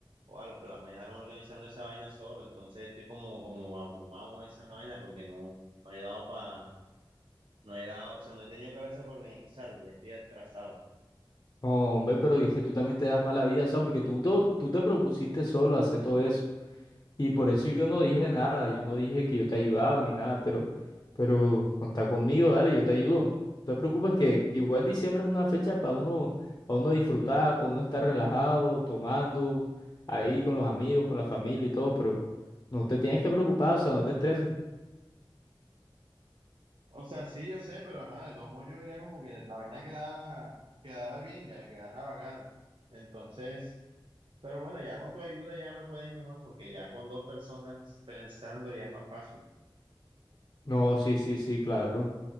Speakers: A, on the right; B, on the left.
A: o a los pelas me dejaron organizando esa vaina solo, entonces estoy como, como abrumado con esa vaina porque no, no he dado para, no he dado, o sea, no he tenido cabeza para organizarlo, ya estoy atrasado.
B: Hombre, pero dije, tú también te das mala vida, o sea, porque tú, to- tú te propusiste solo hacer todo eso. Y por eso yo no dije nada, yo no dije que yo te ayudaba ni nada, pero, pero contá conmigo, dale, yo te ayudo. No te preocupes que, que igual diciembre es una fecha para uno, para uno disfrutar, para uno estar relajado, tomando, ahí con los amigos, con la familia y todo, pero no te tienes que preocupar, o sea, no te estreses.
A: O sea, sí, yo sé, pero ajá, de todos modos yo quería como que la vaina quedara, quedara bien, ya quedara bacana. Entonces, Pero bueno, ya con tu ayuda ya me puede ir mejor porque ya con dos personas pensando ya es más fácil.
B: No, sí, sí, sí, claro,